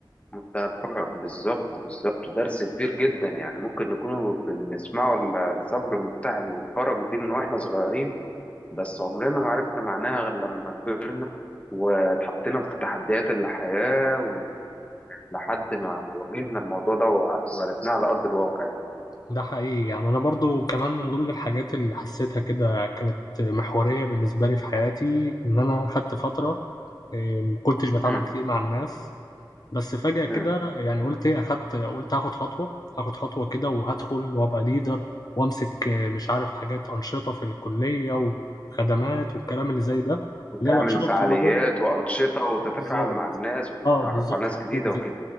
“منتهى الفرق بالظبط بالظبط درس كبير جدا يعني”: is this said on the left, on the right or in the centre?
Left